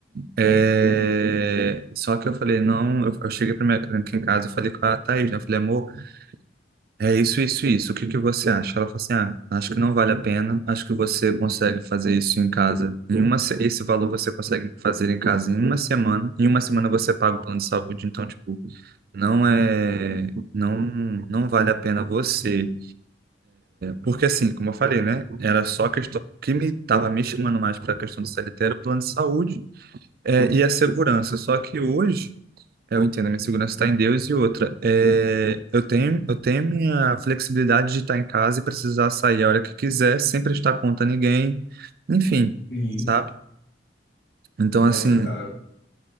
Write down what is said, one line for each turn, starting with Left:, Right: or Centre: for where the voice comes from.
Right: É, Só que eu falei, não, eu, eu cheguei para minha aqui em casa, eu falei com a Thaís, né? Eu falei, amor, é isso, isso, isso. O que que você acha? Ela falou assim, ah, acho que não vale a pena. Acho que você consegue fazer isso em casa. Em uma, se- esse valor você consegue fazer em casa em uma semana. Em uma semana você paga o plano de saúde. Então, tipo, não é, não, não vale a pena você. Porque assim, como eu falei, né? Era só a questão o que me estava me chamando mais para a questão do CLT era o plano de saúde é, e a segurança. Só que hoje é, eu entendo, a minha segurança está em Deus e outra. É, eu tenho, eu tenho minha flexibilidade de estar em casa e precisar sair a hora que quiser, sem prestar conta a ninguém, enfim,
Left: Sim.
Right: sabe? Então,
Left: Nossa,
Right: assim,
Left: cara,